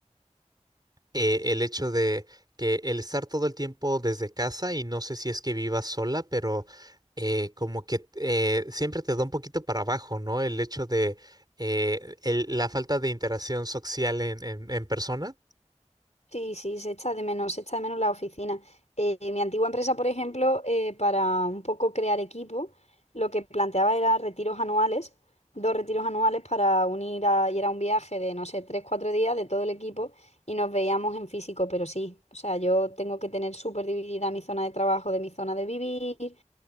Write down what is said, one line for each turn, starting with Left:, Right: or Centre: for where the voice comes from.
Right: eh, el hecho de que el estar todo el tiempo desde casa y no sé si es que vivas sola, pero eh, como que eh, siempre te da un poquito para abajo, ¿no? El hecho de eh, el- la falta de interacción social en, en, en persona.
Left: Sí, sí, se echa de menos, se echa de menos la oficina. Eh, mi antigua empresa, por ejemplo, eh, para un poco crear equipo, lo que planteaba era retiros anuales, dos retiros anuales para unir a, y era un viaje de, no sé, tres, cuatro días de todo el equipo y nos veíamos en físico, pero sí, o sea, yo tengo que tener súper dividida mi zona de trabajo de mi zona de vivir,